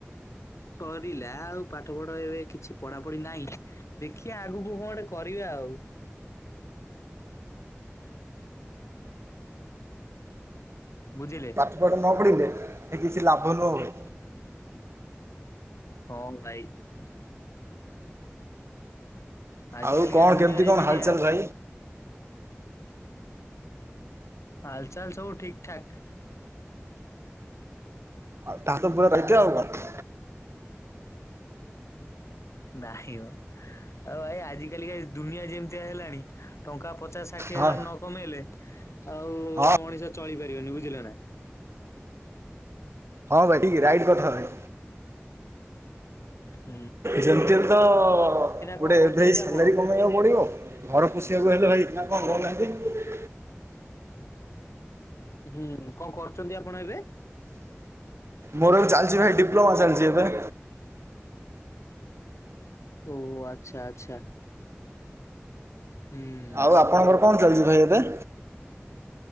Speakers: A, on the left; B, on the right.
A: ସରିଲା ଆଉ ପାଠ ପଢ ଏବେ କିଛି ପଢା ପଢି ନାହିଁ। ଦେଖିବା ଆଗକୁ କଣେ କରିବା ଆଉ। ବୁଝିଲେ।
B: ସେପଟ ନ ପଢିଲେ ସେ କିଛି ଲାଭ ନ ହୁଏ।
A: ହଁ ଭାଇ। ଆଜ
B: ଆଉ
A: କାଲିକା
B: କଣ
A: ଦୁନିଆ
B: କେମିତି
A: ଯେମିତିଆ।
B: କଣ ହାଲଚାଲ ଭାଇ?
A: ହାଲଚାଲ ସବୁ ଠିକ ଠାକ।
B: ଉ ତା ତ ପ ରଇଛି ବା <unintelligible>
A: ନାହିମ। ଆଉ ଭାଇ ଆଜିିକାଲ ଦୁନିଆ ଯେମିତି ହେଲାଣି ଟଙ୍କା ପଚାଶ ଷାଠିଏ
B: ହଁ
A: ହଜାର ନ କମେଇଲେ ଆଉ ଗୁଡା
B: ହଁ
A: ମଣିଷ ଚଳିପାରିବନି ବୁଝିଲ ନା।
B: ହଁ ଭାଇିକ ରାଇଟ୍ କଥା ଭଇ
A: ହ
B: ଯେମତିମ ତ ଗୋଟେ
A: କଣ କରୁଛନ୍ତି
B: ଏଭ ସାଲାରୀ
A: ଆପଣ?
B: କମେଇବାକୁ ପଡିବ। ଘର ପୋଷିବାକୁ ହେଲେ ଭାଇ ନା କଣ କହୁନାହାନ୍ତି।
A: ହୁଁ କଣ କରୁଛନ୍ତି ଆପଣ ଏବେ।
B: ମୋର ଚାଲିଛି ଭାଇ ଡିପୋଲୋମା ଚାଲିଛି ଏବେ।
A: ଓହୋ ଆଚ୍ଛା ଆଚ୍ଛା। ହୁଁ।
B: ଆଉ ଆପଣଙ୍କର କଣ ଚାଲିଛି ଭାଇ ଏବେ।